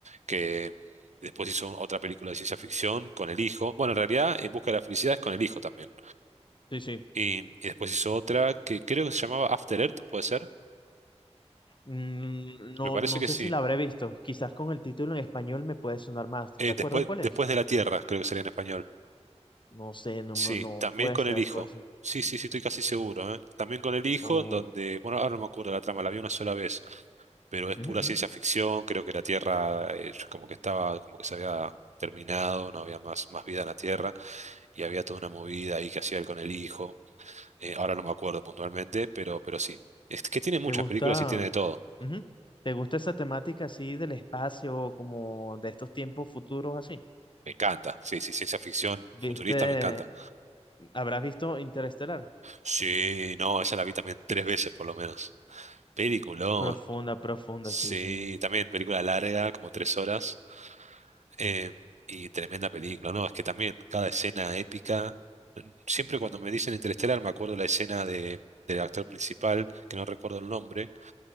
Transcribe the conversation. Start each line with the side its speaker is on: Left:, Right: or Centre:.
Right: Que después hizo otra película de ciencia ficción con el hijo. Bueno, en realidad, En busca de la felicidad es con el hijo también.
Left: Sí, sí.
Right: Y, y después hizo otra que creo que se llamaba After Earth, ¿puede ser?
Left: Mm, no,
Right: Me parece
Left: no
Right: que
Left: sé
Right: sí.
Left: si la habré visto. Quizás con el título en español me puede sonar más.
Right: Eh,
Left: ¿Te acuerdas
Right: después,
Left: cuál
Right: después
Left: es?
Right: de la Tierra, creo que sería en español.
Left: No sé, no,
Right: Sí,
Left: no, no,
Right: también
Left: puede
Right: con
Left: ser,
Right: el hijo.
Left: puede ser.
Right: Sí, sí, sí, estoy casi seguro, ¿eh? También con el hijo,
Left: O-
Right: en donde, bueno, ahora no me acuerdo la trama, la vi una sola vez. pero es pura
Left: Ujú, ujú.
Right: ciencia ficción, creo que la Tierra eh, como que estaba, como que se había terminado, no había más, más vida en la Tierra, y había toda una movida ahí que hacía él con el hijo, eh, ahora no me acuerdo puntualmente, pero, pero sí, es que tiene muchas
Left: ¿Te gusta?
Right: películas y tiene de todo.
Left: ujú. ¿Te gusta esa temática así del espacio, como de estos tiempos futuros así?
Right: Me encanta, sí, sí, ciencia ficción
Left: ¿Viste?
Right: futurista me encanta.
Left: ¿Habrás visto Interestelar?
Right: Sí, no, esa la vi también tres veces por lo menos. Peliculón.
Left: Profunda, profunda,
Right: Sí,
Left: sí, sí.
Right: también película larga, como tres horas. Eh, y tremenda película, ¿no? Es que también cada escena épica. Siempre cuando me dicen Interestelar me acuerdo la escena de, del actor principal, que no recuerdo el nombre.